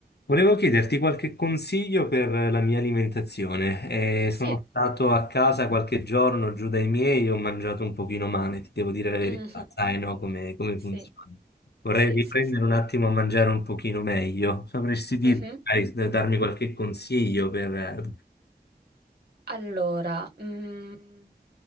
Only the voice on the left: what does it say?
Volevo chiederti qualche consiglio per la mia alimentazione. Eh,
sono stato a casa qualche giorno giù dai miei, ho mangiato un pochino male, ti devo dire la verità,
sai, no, come, come
funziona. Vorrei
riprendere
un attimo a mangiare un pochino meglio. Sapresti dirmi,
magari, darmi qualche consiglio per...